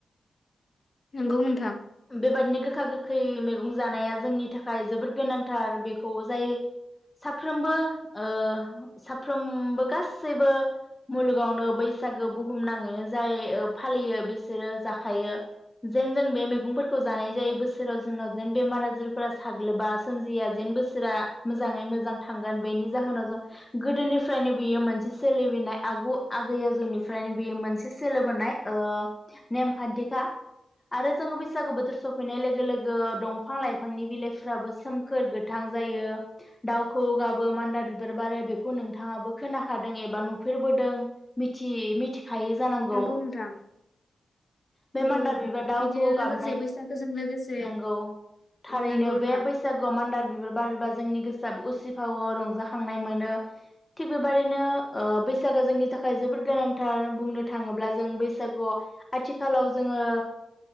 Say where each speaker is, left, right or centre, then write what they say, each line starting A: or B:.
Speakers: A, on the left (about 45°); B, on the left (about 20°).
A: नोंगौ नोंथां
B: बेबादिनो गोखा गोखै मैगं जानाया जोंनि थाखा थाखाय जोबोद गोनांथार बेखौ जाय साफ्रोमबो ओ साफ्रोमबो गासैबो मुलुगावनो बैसागो बुहुम नाङैनो जाय ओ फालियो बिसोरो जाखायो जेन जों बे मैगंफोरखौ जानाय जायो बोसोराव जोंनाव जेन बेमार आजारफोरा साग्लोबा सोमजिया जेन बोसोरा मोजाङै मोजां थांगोन बेनि जाहोनाव जों गोदोनिफ्रायनो बेयो मोनसे सोलिबोनाय आगु आगै आजौनिफ्रायनो बेयो मोनसे सोलिबोनाय ओ नेमखान्थिखा आरो जोङो बैसागु बोथोर सफैनाय लोगो लोगो दंफां लाइफांनि बिलाइफ्राबो सोमखोर गोथां जायो दाउखौ गाबो मान्दार बिबार बारो बेखौ नोंथाङो खोनाखिदों एबा नुफेरबोदों मिथि मिथि खायो जानांगौ।
A: नोंगौ नोंथां
B: बे
A: नंगौ
B: मान्दार
A: नोंथां
B: बिबार दाउखौवौ
A: बिदिनो
B: गाबनाय
A: लोगोसे बैसागोजों लोगोसे
B: नंगौ थारैनो
A: नंगौ नोंथां
B: बे बैसागोआव मान्दार बिबार बारबा जों जोंनि गोसोआ उसिफावो रंजाखांनाय मोनो थिग बेबायदिनो ओ बैसागो जोंनि थाखाय जोबोद गोनांथार बुंनो थाङोब्ला जों बैसागुआव आथिखालाव जोङो